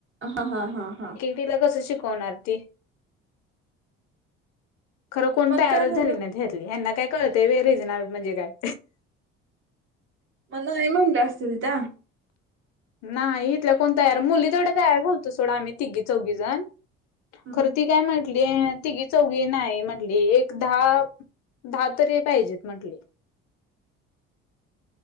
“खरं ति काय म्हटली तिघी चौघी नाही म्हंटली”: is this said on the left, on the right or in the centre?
Left